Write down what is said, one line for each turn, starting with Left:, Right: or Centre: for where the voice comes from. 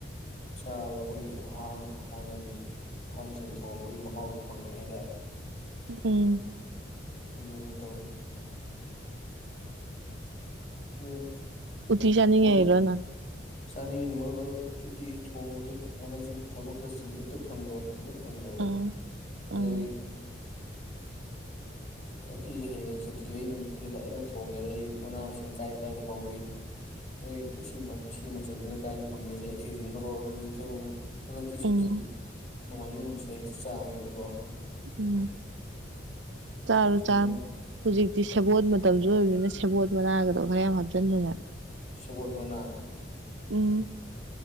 Left: ꯆꯥꯕꯗ ꯑꯩꯈꯣꯏꯒꯤ ꯑꯍ ꯍꯥꯟꯅꯒꯤ ꯑꯍꯟꯁꯤꯡꯅ ꯊꯣꯡꯉꯝꯕꯒꯤ ꯃꯍꯥꯎꯗꯨꯣ ꯐꯪꯉꯦ ꯍꯥꯏꯇꯥꯔꯦ
Right: ꯎꯝ
Left: ꯨꯅꯤ ꯇꯧꯁ ꯑꯗꯨ
Right: ꯎꯇꯤ ꯆꯥꯅꯤꯡꯉꯛꯏꯔꯣ
Left: ꯃ
Right: ꯅꯪ
Left: ꯆꯥꯅꯤꯡꯉꯤꯅꯤ ꯃꯔꯨꯞ ꯑꯗꯨꯣ ꯇꯇꯤꯁꯤ ꯊꯣꯡꯕꯁꯤ ꯍꯟꯗꯛꯁꯤ ꯊꯕꯛ ꯈꯔꯁꯤ ꯍꯦꯛꯇ ꯐꯪꯗꯕ ꯍꯛꯇ ꯐꯪꯗꯕ
Right: ꯎꯝ ꯎꯝ
Left: ꯑꯗꯨꯒꯤ ꯇꯊꯤꯁꯦ ꯍꯌꯦꯡ ꯁꯨꯤꯂꯛꯏ ꯅꯨꯃꯤꯠꯇꯗꯤ ꯐꯖꯅ ꯊꯣꯡꯉꯦꯗ ꯑꯩꯁꯦ ꯃꯅꯥ ꯃꯁꯤꯡ ꯀꯥꯏ ꯀꯥꯏꯗ ꯍꯧꯏꯤ
Right: <inaudible>
Left: ꯑꯗ ꯁꯤ ꯃꯁꯤꯅ ꯀꯥꯏꯏꯗ ꯐꯪꯉꯦꯁꯦ ꯑꯩ ꯊꯤꯖꯤꯟꯕ ꯍꯧꯔꯅꯤ ꯍꯧꯖꯤꯔ ꯍꯟꯗꯛꯀꯤ
Right: ꯎꯝ
Left: ꯁꯨꯇꯤ ꯅꯣꯡꯃꯥꯏꯖꯤꯡ ꯅꯨꯃꯤꯠꯁꯤꯗ ꯍꯦꯛꯇ ꯆꯥꯒꯦꯗꯀꯣ
Right: ꯎꯝ ꯆꯥꯔ
Left: ꯊꯤꯖꯤꯟꯕ
Right: ꯆꯔ ꯍꯧꯖꯤꯛꯇꯤ ꯁꯦꯕꯣꯠ ꯃꯇꯝꯁꯨ ꯑꯣꯏꯕꯅꯤꯅ ꯁꯦꯕꯣꯠ ꯃꯅꯥꯒꯗꯣ ꯈꯔ ꯌꯥꯝ ꯍꯥꯞꯆꯤꯟꯗꯅ
Left: ꯁꯤꯕꯜ ꯃꯅꯥ
Right: ꯎꯝ